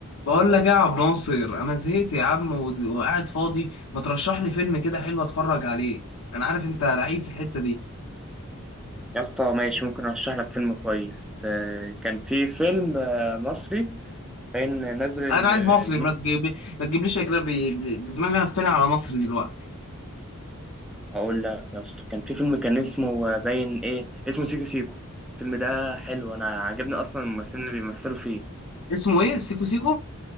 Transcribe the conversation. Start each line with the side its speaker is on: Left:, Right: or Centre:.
Left: بقول لك ايه يا عبد ناصر انا زهقت يا عم ود- وقاعد فاضي ما ترشح لي فيلم كده حلو اتفرج عليه انا عارف انت لعيب في الحتة دي
Centre: يا اسطى ماشي ممكن ارشح لك فيلم كويس آه، كان في فيلم آه، مصري باين نازل
Left: انا عايز
Centre: اليومين
Left: مصري ما تجيب ما تجيبليش اجنبي دماغي هفاني على مصري دلوقتي
Centre: اقول لك يا اسطى كان في فيلم كان اسمه آه، باين ايه اسمه سيكو سيكو الفيلم ده حلو انا عجبني اصلا الممثلين اللي بيمثلوا فيه
Left: اسمه ايه سيكو سيكو